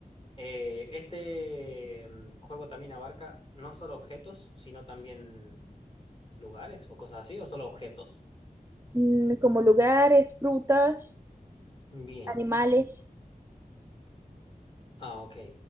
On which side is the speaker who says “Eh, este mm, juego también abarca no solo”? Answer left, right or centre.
Left